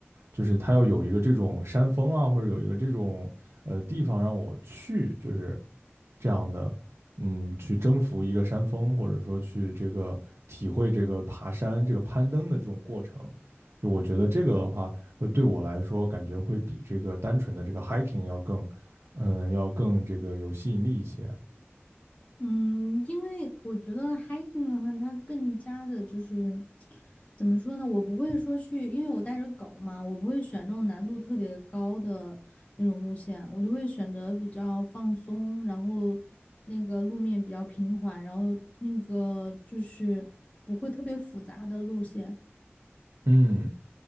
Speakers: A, on the right (about 85°); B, on the left (about 30°).
A: 就是它要有一个这种山峰啊，或者有一个这种呃地方让我去，就是这样的，嗯，去征服一个山峰，或者说去这个体会这个爬山、这个攀登的这种过程。就我觉得这个的话，会对我来说感觉会比这个单纯的这个 hiking 要更，嗯，要更这个有吸引力一些。
B: 嗯，因为我觉得 hiking 的话，它更加的就是怎么说呢？我不会说去，因为我带着狗嘛，我不会选那种难度特别高的那种路线，我就会选择比较放松，然后那个路面比较平缓，然后那个就是不会特别复杂的路线。
A: 嗯，